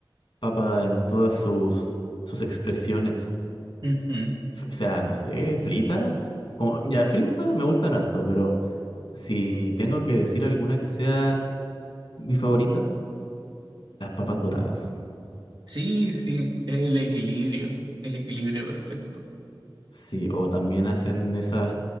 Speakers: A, on the left; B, on the right.
A: Papa en todas sus, sus expresiones.
B: Ujú.
A: F- O sea, no sé, frita. como- ya frita me gustan harto, pero si tengo que decir alguna que sea mi favorita, las papas doradas.
B: Sí, sí, el equilibrio, el equilibrio perfecto.
A: Sí, o también hacen esas,